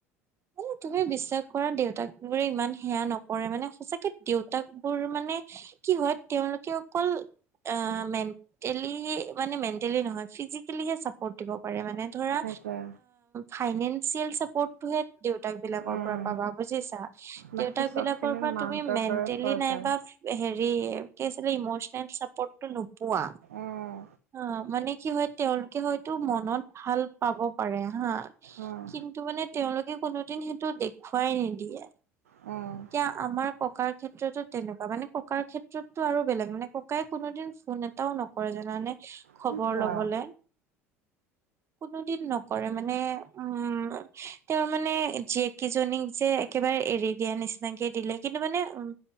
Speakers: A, on the right (about 35°); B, on the right (about 70°).
A: মানে তুমি বিশ্বাস কৰা দেউতাক বোৰে ইমান সেয়া নকৰে মানে সঁচাকে দেউতাক বোৰ মানে কি হয় তেওঁলোকে অকল অ মেনটেলি মানে মেনটেলি নহয় ফিজিকেলি হে থাকিব পাৰে মানে ধৰা
B: সেইটোৱে
A: ফাইনেলঞ্চিয়েল চাপৰ্ট টো হে দেউতাক বিলাকৰ
B: উম
A: পৰা পাবা বুজিছা।
B: বাকী
A: দেউতাক
B: চবখিনি
A: বিলাকৰ পৰা
B: মাহঁতৰ
A: তুমি মেন্টেলি
B: পৰাই পোৱা
A: নাইবা
B: যায়
A: এ হেৰি কি আছিলে ইমচনেল চাপৰ্টটো নোপোৱা।
B: উম
A: অহ মানে কি হয় তেওঁলোকে হয়তো মনত ভাল পাব পাৰে হা।
B: উম
A: কিন্তু মানে তেওঁলোকে কোনোদিন সেইটো দেখুৱাই নিদিয়ে।
B: অহ।
A: এতিয়া আমাৰ ককাৰ ক্ষেত্ৰতো তেনেকুৱা মানে ককাৰ ক্ষেত্ৰতো আৰু বেলেগ মানে ককাই কোনোদিন ফোন এ এটাও নকৰে জানানে খবৰ
B: কি কোৱা
A: লবলে। কোনো দিন নকৰে মানে উম তেওঁৰ মান মানে জীয়েক কেইজনীক যে একেবাৰে এৰি দিয়া নিচিনাকে দিলে কিন্তু মানে উম।